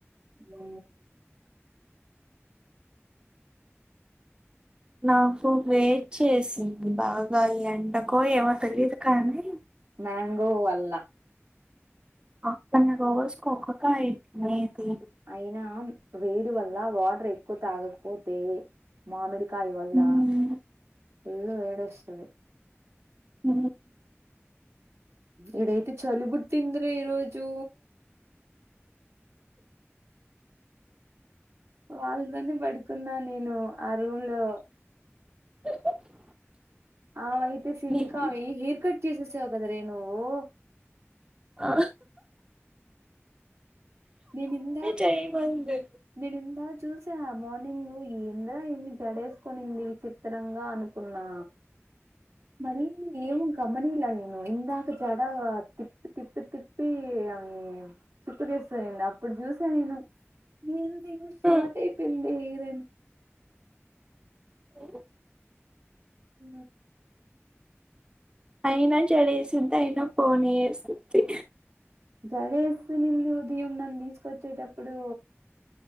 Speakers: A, on the right; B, on the right.
A: ఊ
B: నాకు వేడి చేసింది బాగా ఈ ఎండకో ఏమో తెలీదు కానీ.
A: మ్యాంగో వల్లా
B: అక్క నేన్ రోజ్ ఒకకాయే తినేది.
A: అయినా వేడి వల్లా వాటర్ ఎక్కువ తాగకపోతే మామిడి. కాయ వల్లా
B: ఉమ్,
A: ఫుల్లు వేడి వస్తది.
B: ఊ
A: ఈడైతే చలి పుట్టిందిరా ఈరోజూ. వాళ్ళతోనే పడుకున్నా నేనూ ఆ రూమ్ లో.
B: <inaudible>
A: ఆమైయితే సిల్కా
B: ని-
A: అవీ హెయిర్ కట్ చేసేసావు కదరే నువ్వూ.
B: ఆ
A: నేనిందాక్
B: చేయమంది
A: నేనిందాక్ చూస్త్ స్తె మార్నింగూ ఏందిరా ఈమె జడేసుకొనింది విచిత్రంగా అనుకున్నా. మళ్ళీ ఏమో గమనీయలే నేను ఇందాక జడా తిప్పి తిప్పి తిప్పీ అవీ చుట్టుతీస్కపోయింది అప్పుడు చూసా నేను ఏంది ఈమె షాకైయిపోయిందీ.
B: ఉమ్.
A: పోయింది
B: ఓ
A: ఊ
B: అయినా జెడ ఏసిద్ది అయినా పోనీఏసిద్ది.
A: జెడేస్తు నిన్న ఉదయం నన్ను తీసుకొచ్చేటప్పుడూ